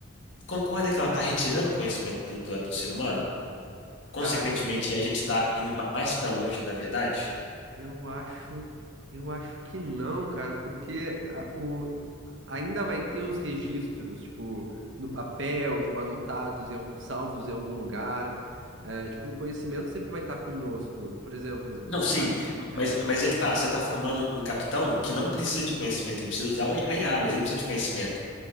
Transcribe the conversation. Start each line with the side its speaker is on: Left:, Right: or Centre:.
Left: Concorda que ela está retirando o conhecimento do, do, do ser humano? Consequentemente,
Right: Cara,
Left: a gente está indo ma- mais para longe da verdade?
Right: Eu acho, eu acho que não, cara, porque a- o, ainda vai ter os registros, tipo, no papel, tipo, anotados, em, al- salvos em algum lugar. É, tipo, o conhecimento sempre vai estar conosco. Por exemplo,
Left: Não, sim,
Right: a- é,
Left: mas, mas é que tá. Você está formando
Right: hum,
Left: um capitão que não precisa de conhecimento, ele precisa usar o- I a mas ele não precisa de conhecimento.